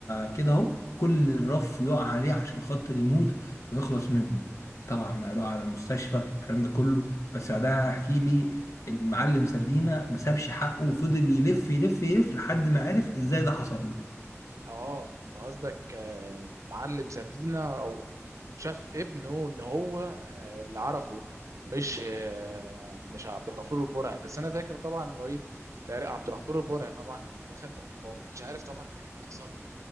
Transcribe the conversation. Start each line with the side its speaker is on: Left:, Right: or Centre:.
Left: كده اهو كل الرف يقع عليه عشان خاطر يموت ويخلص منه طبعا نقلوه على المستشفى الكلام ده كله بس بعدها احكي لي المعلم سردينا ما سابش حقه وفضل يلف يلف يلف لحد ما عرف ازاي ده حصل له
Right: اه أنت قصدك آه، معلم سردينة او شاف ابنه ان هو آه، اللي عرفه مش آه، مش عبد الغفور البرعي بس انا فاكر طبعا هو ايه تقريبا عبد الغفور البرعي طبعا لما دخل هو ما كانش عارف طبعا اللي كان هيحصل